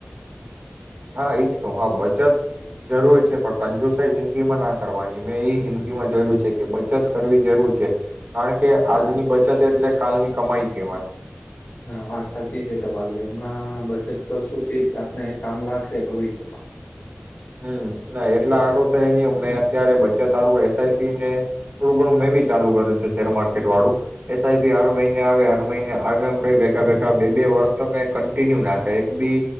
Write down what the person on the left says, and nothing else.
હા
ના વાત સાચી છે તમારી. હમણાં બચત કરશું તે જ આપને કામ લાગશે ભવિષ્યમાં.